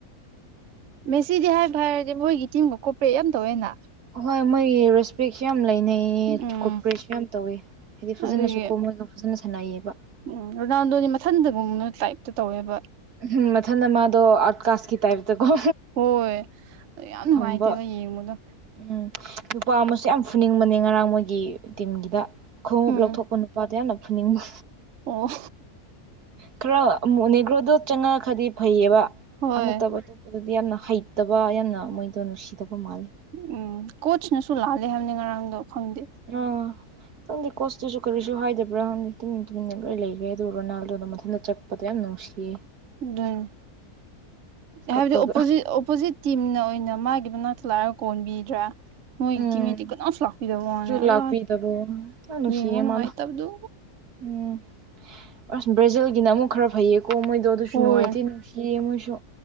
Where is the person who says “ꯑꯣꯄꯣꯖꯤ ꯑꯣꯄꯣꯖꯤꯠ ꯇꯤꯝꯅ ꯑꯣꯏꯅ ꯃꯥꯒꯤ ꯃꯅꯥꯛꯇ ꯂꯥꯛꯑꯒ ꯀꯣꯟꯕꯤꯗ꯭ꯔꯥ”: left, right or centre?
Right